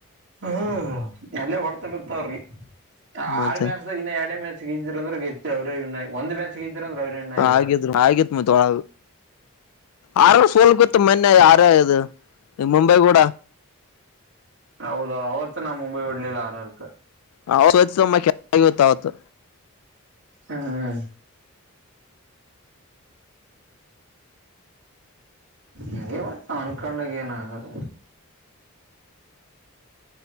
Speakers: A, on the right (about 55°); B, on the left (about 85°).
A: ಹ್ಮ ಎಲ್ಲ ಹೊಡ್ತಾ ಬಿತ್ತಾವ್ರಿ
B: ಮತ್ತೆ
A: ಆರು ಮೆಣಸಾಗ ಎರಡ ಮೇಸ ಗಿದ್ರ ಅವ್ರೆ ಗೆತ್ತ ಅವ್ರ ಒಂದು ಮ್ಯಾಚ್ ಅಂದ್ರೆ ಅವ್ರೇ ವಿನ್ ಆಗಿರೋರು
B: ಹಾಗಿದ್ ಆಗಿತ್ ಮತ್ತೊಳ ಆರ ಸೋಲ್ <unintelligible> ಗೊತ್ತ ಮನ್ನೆ ಯಾರ ಇದು ಮುಂಬೈ ಕೂಡ <unintelligible>
A: ಹೌದ ಅವತ್ತು ನಾ ಮುಂಬೈ ಬರ್ಲಿ ಆರ್ ಆರ್
B: ಹಮ್ಮ <unintelligible> ಆವತ್ತಾವತ್ತು
A: ಹ್ಮ <unintelligible> ಅಂಗೇ ಮತ್ತ್ ನಾವ್ ಅನ್ಕೊಂಡೆ ಏನ್ ಆಗಲ್ಲ